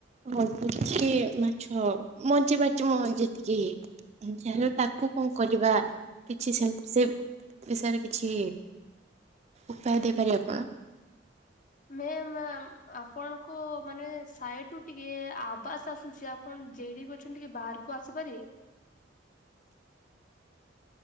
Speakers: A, on the right (about 40°); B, on the left (about 45°).
A: ଅଳ୍ପ କିଛି ମାଛ ବଞ୍ଚେଇ ପାରିଚି ମୁଁ ଯେତିକି ଯାହା ହେଲେ ତାକୁ କଣ କରିବା କିଛି ସେମିତି ସେ ବିଷୟରେ କିଛି ଉପାୟ ଦେଇପାରିବେ ଆପଣ?
B: ମେ ମ୍ୟାମ୍ ଆପଣଙ୍କ ମାନେ ସାଇଟିରୁ ଟିକେ ଆବାଜ୍ ଆସୁଚି ଆପଣ ଜେଡି କରୁଚନ୍ତିକି ବାହାରକୁ ଆସିପାରିବେ?